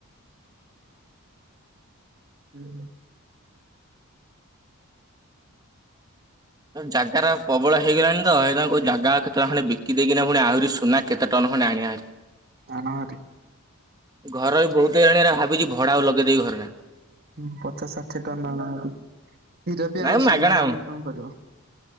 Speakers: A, on the right; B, on the right.
A: ହୁଁ ହୁଁ।
B: ଜାଗାରା ପ୍ରବଳ ହେଇଗଲାଣି ତ ଏଇ ଜାଗା କେତେଟା ଖଣ୍ଡେ ବିକି ଦେଇକିନା ପୁଣି ଆହୁରି ସୁନା କେତେ ଟଙ୍କ ଖଡେ ଆଣିବା
A: ଆଣ ହାରି
B: ଘର ବି ବହୁତ ହେଇଲାଣି ଭାବିଛି ଭଡା ଆଉ ଲଗେଇଦେବି ଘରଟା
A: ହଁ ପଚାଶ ଷାଠିଏ ଟନ ଆଣ ହୀରା ବିି
B: ନାଇଁ
A: ଆଣ ସୁନାର
B: ମାଗଣା
A: ଆଣି କଣ କରିବ?